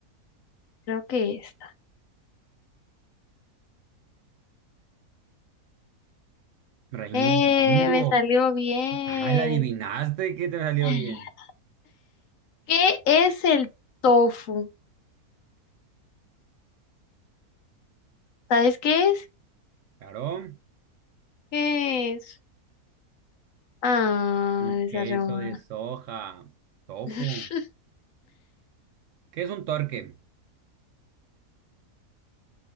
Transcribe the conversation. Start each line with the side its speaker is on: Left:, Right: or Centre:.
Left: creo que esta.
Right: Reino
Left: ¡Eh!
Right: Unido.
Left: Me salió bien.
Right: Ah, la adivinaste que te salió
Left: <gasps> <laughs>
Right: bien.
Left: ¿Qué es el tofu? ¿Sabes qué es?
Right: Claro,
Left: ¿Qué es? Ah,
Right: un queso
Left: esa Roma.
Right: de soja, tofu.
Left: <laughs>
Right: ¿Qué es un torque?